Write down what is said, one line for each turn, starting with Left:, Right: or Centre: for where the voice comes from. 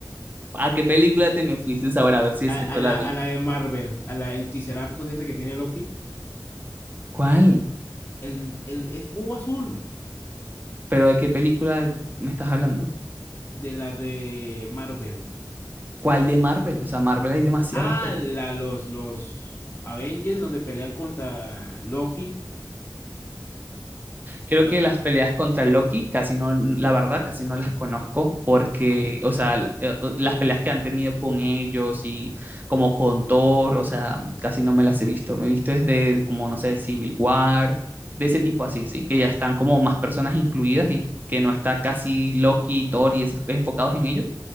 Right: ¿A qué película te me fuiste ahora? A ver si
Left: A,
Right: esa
Left: a
Right: yo
Left: la,
Right: la vi.
Left: a la de Marvel, a la, el Ticelartos ese que tiene Loki,
Right: ¿Cuál?
Left: el, el es cubo azul
Right: Pero ¿de qué película me estás hablando?
Left: de la de Marvel.
Right: ¿Cuál de Marvel? O sea, Marvel hay demasiadas.
Left: Ah, la, los, los Avengers donde pelean contra Loki,
Right: Creo
Left: los,
Right: que las peleas contra Loki casi no, la verdad, casi no las conozco porque,
Left: ¿no?
Right: o sea, l- eh, las peleas que han tenido con ellos y como con Thor, o sea, casi no me las he visto. Me he visto desde como, no sé, Civil War, de ese tipo así, ¿sí? Que ya están como más personas incluidas y que no está casi Loki, Thor y esos enfocados en ellos.